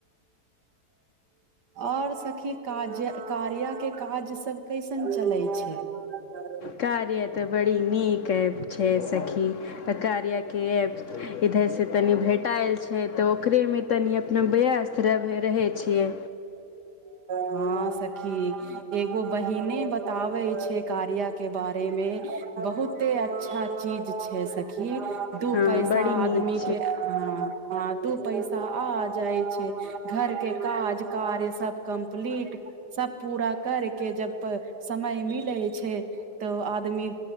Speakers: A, on the right; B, on the left.
A: आओर सखी काजक कार्याके काजसभ कैसन चलै छै ह <unintelligible>
B: कार्य तऽ बड़ी नीक ऐप छै सखी त कार्यके ऐप इधरसँ तनि भेट पटायल छै तऽ ओकरेमे तनी अपना व्यस्त रहबे रहै छियै
A: हँ सखी एगो बहिने बताबे छै कार्या के बारे मे बहुते अच्छा चीज छै सखी दू
B: हँ
A: पैसा
B: बड़ी
A: आदमी
B: नीक
A: के हं आ दू पैसा आ जाइ छै घर के काज कार्य सब कम्प्लीट सब पूरा कर के जब समय मिले छै तऽ आदमी